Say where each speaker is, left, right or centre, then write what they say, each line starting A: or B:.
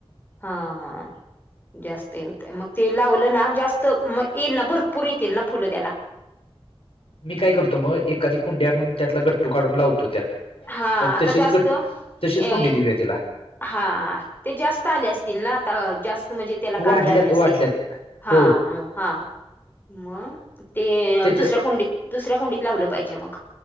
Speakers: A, on the left; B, on the left.
A: हा ह जास्त होत मग ते लावलं ना जास्त मग येईल ना भरपूर येतील ना फुलं त्याला
B: मी काय करतो मग एखादी कुंडे्या आणून त्यातला गट्टू काढून लावतो त्यात
A: हा
B: मग
A: आता
B: तसेच
A: जास्त
B: गट तशीच कोंडी
A: ए
B: देऊया तिला
A: हा ते जास्त आले असतील ना आता जास् म्हणजे त्याला कांदे
B: वाढल्यात
A: आले असतील
B: वाढल्यात
A: हा
B: हो
A: मग हा मग ते
B: त्याच्यात
A: दुसऱ्या कुंडीत दुसऱ्या कुंडीत लावलं पाहिजे मग